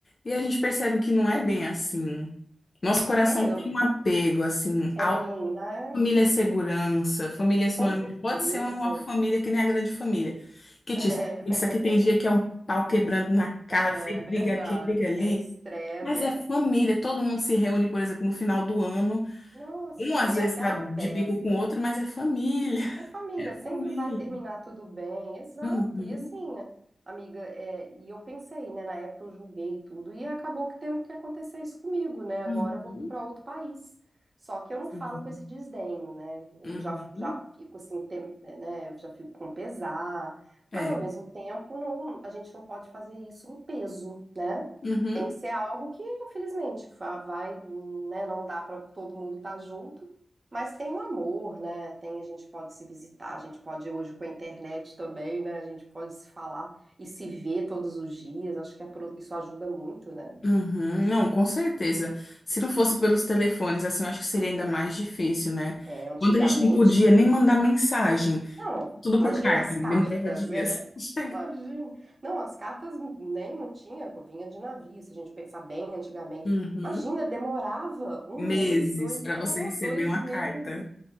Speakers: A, on the left (about 45°); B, on the right (about 35°).
A: E a gente percebe que não é bem assim. Nosso coração
B: É,
A: tem
B: eu
A: um apego, assim.
B: tem,
A: A
B: né?
A: família é segurança, família é sinônimo
B: Com certeza.
A: de. Pode ser uma uma família que nem a grande família. Que
B: É.
A: te. Isso aqui tem dia que é um pau quebrando na cara,
B: É
A: tem briga
B: verdade.
A: aqui, briga ali.
B: Que é estresse,
A: Mas
B: é.
A: é família, todo mundo se reúne, por exemplo, no final do ano.
B: Nossa,
A: Um às
B: e
A: vezes
B: é aquela
A: está de
B: festa?
A: bico com o outro, mas é família,
B: É família,
A: <laughs> é
B: sempre
A: família.
B: vai terminar tudo bem, exato.
A: Uhum,
B: E assim, amiga, é, e eu pensei, né, na época eu julguei tudo e acabou que tendo que acontecer isso comigo, né? Agora
A: uhum,
B: eu vou para outro país. Só que eu não
A: sim,
B: falo com esse desdenho, né? Eu
A: uhum,
B: já, já fico assim, tem- né? Eu já fico com pesar,
A: é,
B: mas ao mesmo tempo não, a gente não pode fazer isso um peso, né?
A: uhum,
B: Tem que ser algo que, infelizmente, fa- vai, né? Não dá para todo mundo estar junto. Mas tem o amor, né? Tem, a gente pode se visitar, a gente pode hoje com a internet também, né? A gente pode se falar e se ver todos os dias. Acho que é pro- isso ajuda muito, né?
A: uhum. Não, com certeza. Se não fosse pelos telefones, assim, eu acho que seria ainda mais difícil, né?
B: É, antigamente,
A: Quando a gente não podia nem mandar mensagem,
B: Não,
A: tudo
B: imagina
A: por carta,
B: as
A: demorava
B: cartas,
A: dias.
B: é.
A: <laughs>
B: Imagina. Não, as cartas nem não tinha, vinha de navio, se a gente pensar bem antigamente.
A: Uhum,
B: Imagina, demorava um
A: meses
B: mês, dois,
A: para
B: é,
A: você receber
B: dois
A: uma
B: meses.
A: carta.